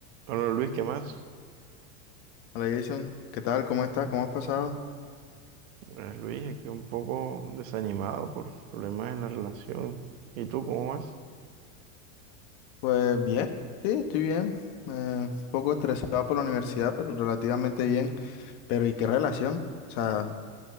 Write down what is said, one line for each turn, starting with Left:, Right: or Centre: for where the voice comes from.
Right: Bueno, Luis, ¿qué más?
Left: Hola Jason, ¿qué tal? ¿Cómo estás? ¿Cómo has pasado?
Right: Pues, Luis, aquí un poco desanimado por problemas en la relación. ¿Y tú cómo vas?
Left: Pues bien, sí, estoy bien. Eh, un poco estresado por la universidad, pero relativamente bien. Pero ¿y qué relación? O sea,